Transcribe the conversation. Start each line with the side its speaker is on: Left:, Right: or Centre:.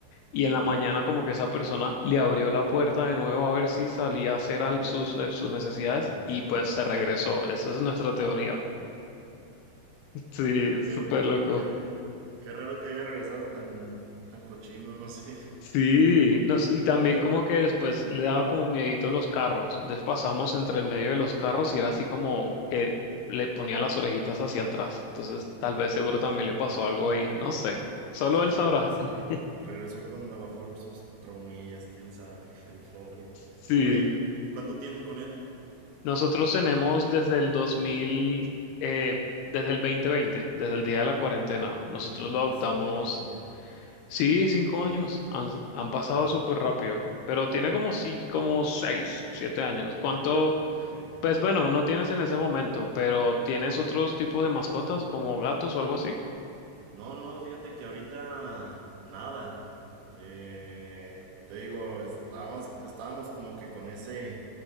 Left: y en la mañana como que esa persona le abrió la puerta de nuevo a ver si salía a hacer al- sus, ne- sus necesidades
Right: necesidades.
Left: y pues se regresó. Esa es nuestra teoría. Sí, súper
Right: Pero
Left: loco.
Right: qué, qué raro que haya regresado tan, tan cochino, no sé.
Left: Sí, no y también
Right: Oye.
Left: como que después le daba como miedito a los carros. Entonces pasamos entre el medio de los carros y era así como que le ponía las orejitas hacia atrás. Entonces
Right: Ok,
Left: tal vez seguro también le pasó algo ahí, no sé. Solo
Right: sí,
Left: él sabrá.
Right: pues sí.
Left: <laughs>
Right: Regresó con a lo mejor sus traumillas, quién sabe, <laughs> el pobre.
Left: Sí.
Right: Oye, ¿cuánto tienen con él?
Left: Nosotros tenemos desde el 2000, eh, desde el 2020, desde el día de la cuarentena.
Right: 20,
Left: Nosotros
Right: 25
Left: lo adoptamos,
Right: añitos ya.
Left: sí, cinco años. Han, han
Right: Ok,
Left: pasado súper rápido, pero tiene como sí, como seis, siete años. ¿Cuánto?
Right: ok.
Left: Pues bueno, no tienes en ese momento, pero ¿tienes otros tipos de mascotas como gatos o algo así?
Right: No, no, fíjate que ahorita nada. Eh, te digo, estábamos, estábamos como que con ese,